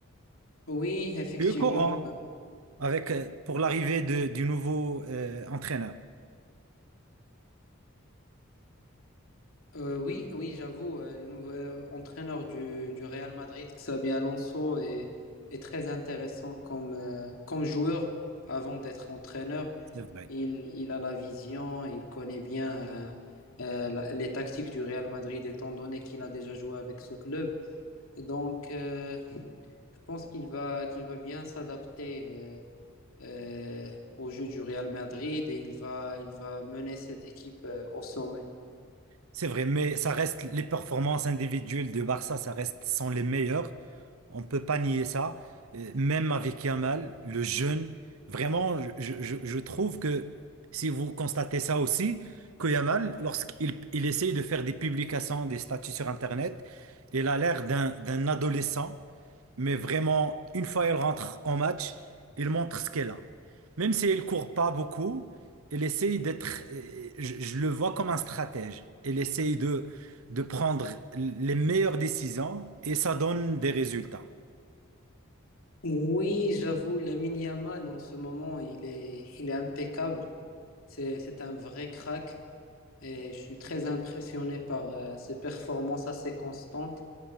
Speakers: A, on the left; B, on the right.
A: Oui, effectivement.
B: Eux courant avec euh, pour l'arrivée de- du nouveau euh, entraîneur.
A: Euh, oui, oui, j'avoue, euh, le nouvel entraîneur du, du Real Madrid, Xabi Alonso, est, est très intéressant comme, euh, comme joueur avant d'être entraîneur.
B: C'est vrai.
A: Il, il a la vision, il connaît bien euh, euh, la- les tactiques du Real Madrid, étant donné qu'il a déjà joué avec ce club. Donc, euh, je pense qu'il va, qu'il va bien s'adapter euh, euh, au jeu du Real Madrid et il va, il va mener cette équipe euh, au sommet.
B: C'est vrai, mais ça reste les performances individuelles de Barça, ça reste sont les meilleures. On peut pas nier ça. Euh, Même avec Yamal, le jeune, vraiment, je, je- je trouve que si vous constatez ça aussi, que Yamal, lorsqu'il il essaye de faire des publications, des statuts sur Internet, il a l'air d'un d'un adolescent. Mais vraiment, une fois elle rentre en match, elle montre ce qu'elle a. Même si elle court pas beaucoup, elle essaye d'être, euh, je, je le vois comme un stratège. Elle essaye de, de prendre les meilleures décisions et ça donne des résultats.
A: Oui, j'avoue, Lamine Yamal, en ce moment, il est, il est impeccable. C'est, c'est un vrai crack et je suis très impressionné par euh, ses performances assez constantes.